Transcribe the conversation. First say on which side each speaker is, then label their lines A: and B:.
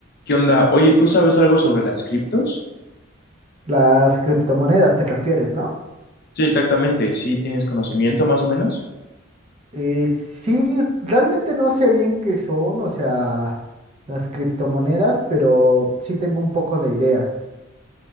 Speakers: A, on the left (about 50°); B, on the right (about 30°).
A: ¿Qué onda? Oye, ¿tú sabes algo sobre las criptos?
B: Las criptomonedas te refieres, ¿no?
A: Sí, exactamente. Sí, tienes conocimiento más o menos.
B: Eh, sí, realmente no sé bien qué son, o sea, las criptomonedas, pero sí tengo un poco de idea.